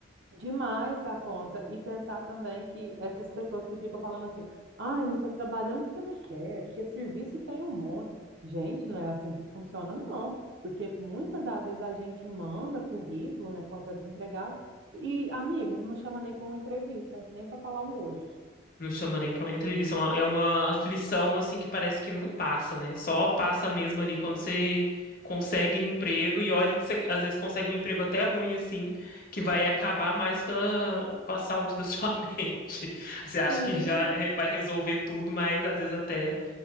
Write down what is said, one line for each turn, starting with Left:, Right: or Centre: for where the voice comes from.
Right: Demais da conta. E pensar também que essas pessoas que ficam falando assim, ai, não está trabalhando porque não quer, porque serviço tem um monte. Gente, não é assim que funciona, não. Porque muitas das vezes a gente manda currículo, né, quando tá desempregado, e, amigo, não chama nem para uma entrevista, nem para falar um oi.
Left: Não chama nem pra uma entrevista. É uma é uma aflição, assim, que parece que não passa, né? Só passa mesmo ali quando você consegue emprego e olha que você, às vezes, consegue um emprego até ruim, assim, que vai acabar mais com a, com a saúde da sua <laughs> mente. Você acha
Right: Sim,
Left: que já é- vai resolver tudo, mas às vezes até